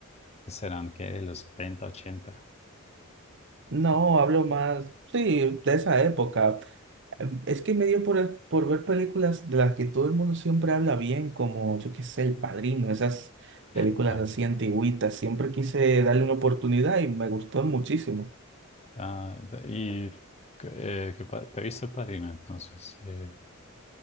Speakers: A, on the left (about 30°); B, on the right (about 60°).
A: pues, serán que de los 70 80.
B: no, hablo más, sí, de esa época. Em, Es que me dio por, por ver películas de las que todo el mundo siempre habla bien, como yo qué sé, El Padrino, esas películas
A: Ah,
B: así antigüitas. Siempre quise darle una oportunidad y me gustó muchísimo.
A: ah, de- y eh, ¿qué pa- ¿te viste el Padrino entonces? Eh,